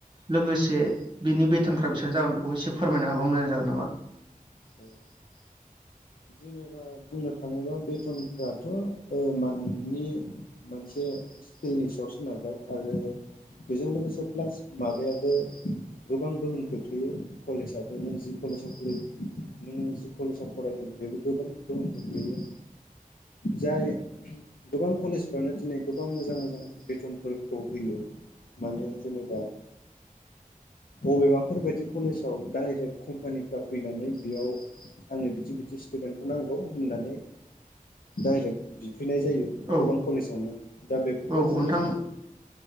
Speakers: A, on the right; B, on the left.
A: लोगोसे बिनि बेथनफ्रा बेसेबां जागोन बेखौ एसे फोरमायनो हाबा मोजां जागोन नामा?
B: <inaudible> जेनेबा बुंनो थाङोबा बेथनफथ' मा नोंनि मोनसे स्किल्डनि सायाव सोनारबाय आरो बेजों लोगोसे प्लास माबायाबो गोबां गोहोम खोख्लैयो कलेजआबो नों जि कलेजाव खो नोङो जि कलेजाव फरायदों बेबो गोबां गोहोम खोख्लैयो जाय गोबां कलेजफ्रानो दिनै गोबां मोजां मोजां बेथनफोरखौ होयो माने जेनेबा बबेबाफोरबायायदि कलेजाव डाइरेक्ट कम्पानिफ्रा फैनानै बेयाव आंनो बिदि बिदि स्टुडेन्टखौ नांगौ होननानै डाइरेक्ट बि फैनाय जायो
A: औ
B: गोबां कलेजावनो दा बेफोरबायदिनो
A: औ नोंथां